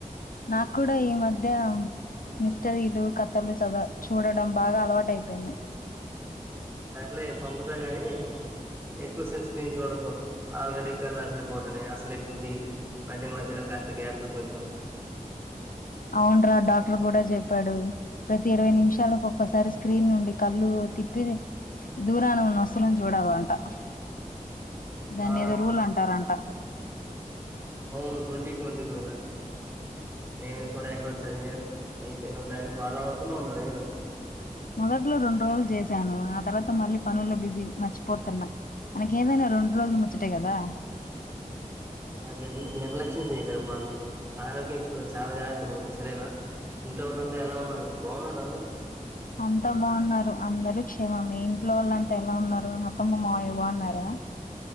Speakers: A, on the left; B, on the right.
A: నాక్కుడా ఈ మధ్య మిస్టరీలు కథలు చదవ చూడడం బాగా అలవాటయిపోయింది
B: సర్లే పంపుతా గాని ఎక్కువసేపు స్క్రీన్ చూడకు ఆల్రెడీ కళ్ళు అసలే పోతన్నయి అసలే గుడ్డి మధ్య మధ్యలో కాస్త గ్యాప్ ఇవు కొంచెం
A: అవున్రా డాక్టర్ కూడా చెప్పాడు ప్రతి ఇరవై నిమిషాలుకు ఒక్కసారి స్క్రీన్ నుండి కళ్ళు తిప్పిది దూరాన ఉన్న వస్తువులని చూడాలంట అంట దాన్ని
B: ఆ
A: ఏదో రూల్ అంటారంట
B: అవును ట్వంటీ ట్వంటీ రూలా నేను కూడ ఎక్కడో చదివాను అయితే నువ్వు దాన్ని ఫాలో అవుతున్నావ మరి
A: మొదట్లో రెండు రోజులు చేసాను, ఆ తర్వాత మళ్ళీ పనుల్లో బిజీ మర్చిపోతున్నా మనకేదైనా రొండ్రోజుల ముచ్చటే గదా
B: అలా నిర్ నిర్లక్ష్యం చేయ్యకే బాబు ఆరోగ్యం విషయంలో చాలా జాగ్రత్తగ ఉండు సరేనా ఇంట్లో వాళ్ళంత ఎలా ఉన్నారు బావున్నార అందరూ
A: అంతా బావున్నారు అందరూ క్షేమమే మీ ఇంట్లో వాళ్ళు అంత ఎలా ఉన్నారు అత్తమ్మ మావయ్య బావున్నారా